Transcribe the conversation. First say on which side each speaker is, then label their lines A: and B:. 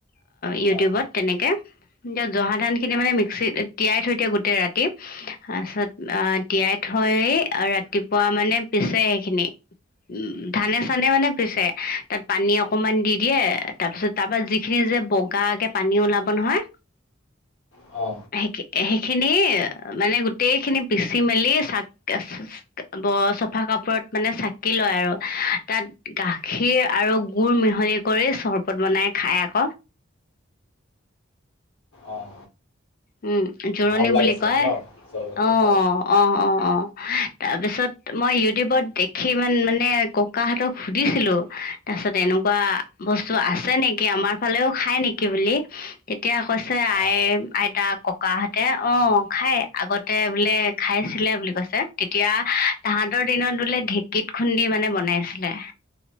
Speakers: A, on the left (about 45°); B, on the left (about 80°).
A: ইউটিউবত
B: অঁ
A: তেনেকে, জহা ধানখিনি মানে মি তিয়াই থৈ দিয়ক গোটেই ৰাতি তাৰপিছত অ তিয়াই থৈ ৰাতিপুৱা তাৰ মানে পিছে এইখিনি। উ ধানে চানে মানে পিছে, তাত পানী অকমান দি দিয়ে তাৰ পিছত তাৰ পৰা যিখিনি যে বগাকে পানী ওলাব নহয়।
B: অ।
A: সেই সেইখিনি মানে গোটেই খিনি পিচি মেলি চাক চা ব চফা কাপোৰত মানে চাকি লয় আৰু তাত গাখীৰ আৰু গুৰ মিহলি কৰি চৰবত বনাই খাই আক।
B: অঁ অঁ।
A: উম জোৰণি
B: ভাল লাগে
A: বুলি
B: চাগে
A: কয়
B: ন চৰবতটো
A: অ
B: খাই
A: অ অ অ তা তাপিছত মই ইউটিউবত দেখি ইমান মানে ককাহঁতক সুধিছিলো তাৰপিছত এনেক কিবা বস্তু আছে নেকি আমাৰ ফালেও খায় নেকি বুলি? তেতিয়া কৈছে
B: অঁ
A: আই আইতা ককাহঁতে অ খাই আগতে বোলে খাইছিলে বুলি কৈছে। তেতিয়া তাহাঁতৰ দিনত বোলে ঢেঁকীত খুন্দি মানে বনাইছিলে।